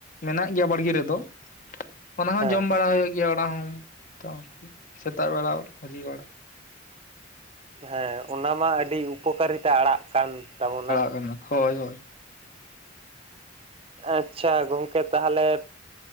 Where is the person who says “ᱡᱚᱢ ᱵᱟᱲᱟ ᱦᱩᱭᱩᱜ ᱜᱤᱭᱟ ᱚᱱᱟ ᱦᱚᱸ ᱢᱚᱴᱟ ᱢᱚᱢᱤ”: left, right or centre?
Left